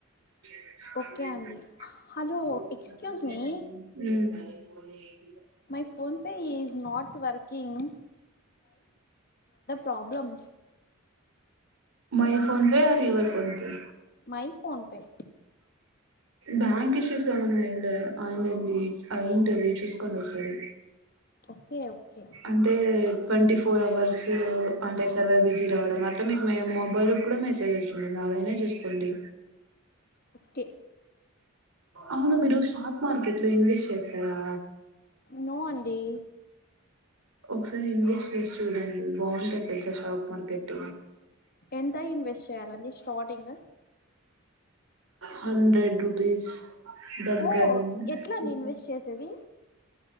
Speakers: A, on the right (about 85°); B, on the left (about 45°).
A: hmm
B: ఓకే అండి hello excuse me my phone pay is not working problem
A: my phone pay your PhonePe
B: my PhonePe
A: bank issues ఏమన్నా అండ్ ఆయనలో ఉంది ఏంటది చూసుకోండి ఒకసారి
B: ఓకే ఓకే
A: అంటే ట్వంటీ ఫోర్ అవర్స్ అంటే సర్వర్ బిజీ రావడం అట్లా మీకు మ మొబైల్ కూడా మెసేజ్ వచ్చింటుంది అదైనా చూసుకోండి
B: ఓకే
A: అవును గురు షాక్ మార్కెట్ లో ఇన్వెస్ట్ చేస్తారా
B: నో అండి
A: ఒకసారి ఇన్వెస్ట్ చేసి చూడండి బాగుంటాది తెలుసా షాక్ మార్కెట్
B: ఎంత ఇన్వెస్ట్ చేయాలండి స్టార్టింగ్
A: హండ్రెడ్ రుపీస్ దగ్గర
B: ఓహో
A: నుంచి
B: ఎట్లా అండి ఇన్వెస్ట్ చేసేది